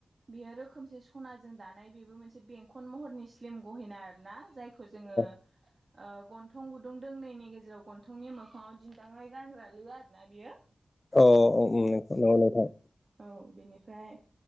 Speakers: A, on the right; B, on the left.
A: बेयो रोखोमसे सनाजों दानाय बेबो मोनसे बेंखन महरनि स्लिम गहेना आर ना जाय खौ जोङो
B: <inaudible>
A: ओ गन्थं गुदुं दोंनैनायनि गेजेराव गन्थंनि मोखाङाव दिन्दाङै गानग्रा लो आरो ना बियो
B: औ औ <unintelligible> नंगौ नोंथां
A: औ बेनिफ्राय